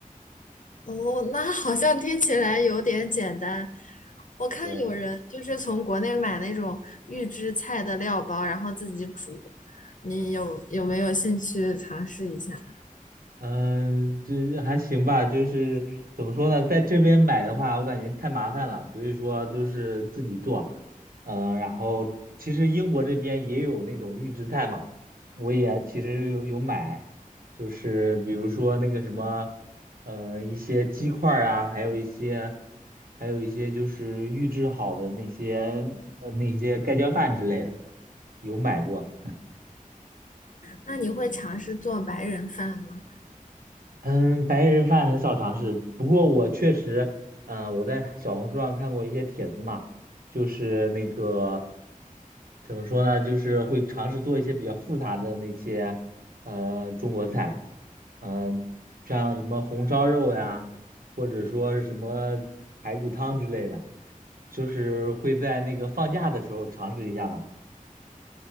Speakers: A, on the left; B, on the right.
A: 哦，那好像听起来有点简单。我看有人就是从国内买那种预制菜的料包，
B: 对。
A: 然后自己煮。你有有没有兴趣尝试一下？
B: 嗯，这还行吧，就是怎么说呢，在这边买的话，我感觉太麻烦了，所以说都是自己做。嗯，然后其实英国这边也有那种预制菜嘛，我也其实有有买，就是比如说那个什么，嗯，一些鸡块儿啊，还有一些，还有一些就是预制好的那些，呃，那些盖浇饭之类的，有买过。
A: 那你会尝试做白人饭吗？
B: 嗯，白人饭很少尝试，不过我确实，嗯、我在小红书上看过一些帖子嘛，就是那个怎么说呢，就是会尝试做一些比较复杂的那些呃中国菜，嗯、像什么红烧肉呀，或者说是什么排骨汤之类的，就是会在那个放假的时候尝试一下嘛。